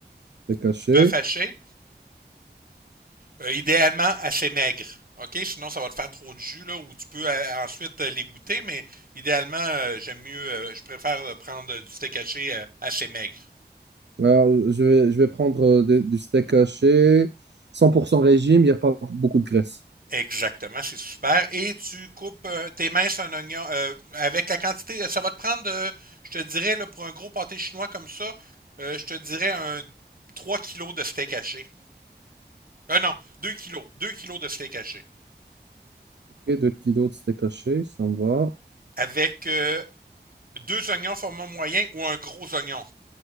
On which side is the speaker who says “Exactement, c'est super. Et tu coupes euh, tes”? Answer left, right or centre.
Right